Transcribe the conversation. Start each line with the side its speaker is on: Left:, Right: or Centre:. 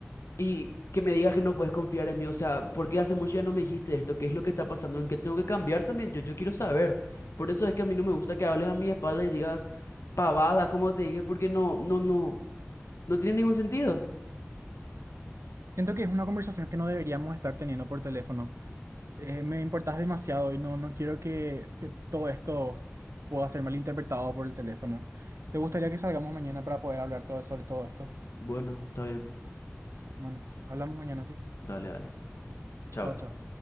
Left: y que me digas que no puedes confiar en mí. O sea, ¿por qué hace mucho ya no me dijiste esto? ¿Qué es lo que está pasando? ¿En qué tengo que cambiar también? Yo, yo quiero saber. Por eso es que a mí no me gusta que hables a mi espalda y digas pavadas, como te dije, porque no, no, no, no tiene ningún sentido.
Right: Siento que es una conversación que no deberíamos estar teniendo por teléfono. Eh, me importas demasiado y no, no quiero que pe- todo esto pueda ser malinterpretado por el teléfono. ¿Te gustaría que salgamos mañana para poder hablar todo- sobre todo esto?
Left: Bueno, está bien.
Right: Bueno, hablamos mañana, sí.
Left: Dale, dale. Chao.
Right: Chao, chao.